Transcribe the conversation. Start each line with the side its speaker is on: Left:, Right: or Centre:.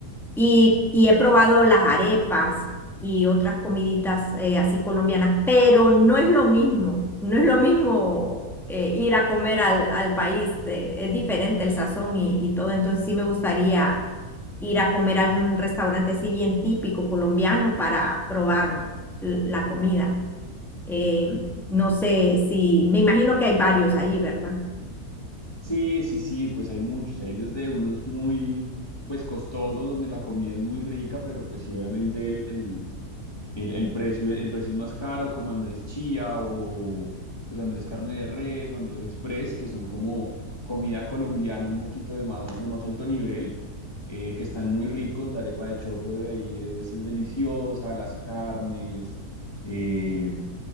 Centre: y, y he probado las arepas y otras comiditas eh, así colombianas, pero no es lo mismo, no es lo mismo eh, ir a comer al, al país, eh, es diferente el sazón y, y todo, entonces sí me gustaría ir a comer a algún restaurante así bien típico colombiano para probar l- la comida. Eh, no sé si, me imagino que hay varios ahí, ¿verdad?
Left: Sí, sí, sí, pues hay muchos, hay desde unos muy, pues costosos, donde la comida es muy rica, pero pues sí, obviamente el, el, el, el precio, el precio es más caro, como Andrés Chía o pues Andrés Carne de Res o Andrés Express, que son como comida colombiana un poquito de más, de más alto nivel, eh, que están muy ricos, la arepa de choclo de ahí es, es deliciosa, las carnes, eh,